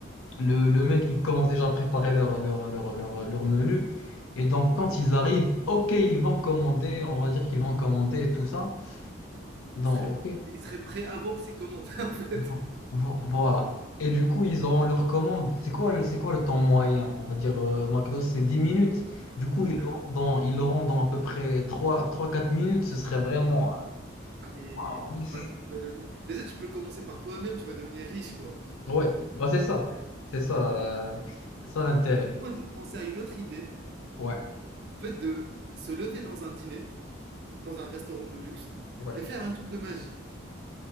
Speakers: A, on the left; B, on the right.
A: le, le mec, il commence déjà à préparer leur, leur, leur, leur, leur menu. Et donc, quand ils arrivent, ok, ils vont commander, on va dire qu'ils vont commander et tout ça. Donc,
B: Il serait...
A: ok.
B: il serait prêt avant que c'est commande, <laughs> en fait.
A: Vo- vo- Voilà. Et du coup, ils auront leur commande. C'est quoi le, c'est quoi le temps moyen? On va dire, euh, McDo, c'est 10 minutes. Du
B: 10
A: coup,
B: minutes
A: ils
B: à
A: l'auront
B: l'heure.
A: dans, ils l'auront dans à peu près trois trois quatre minutes. Ce serait vraiment. euh,
B: Ah, mais
A: Waouh,
B: tu
A: mais c'est.
B: vas, tu vas devenir... Déjà, tu peux commencer par toi-même, tu vas devenir riche, quoi.
A: Ouais, bah, c'est ça. C'est ça, euh, c'est ça l'intérêt.
B: En fait, moi, j'ai pensé à une autre idée,
A: Ouais,
B: en fait, de se lever dans un dîner, dans un restaurant de luxe,
A: ouais.
B: et faire un tour de magie.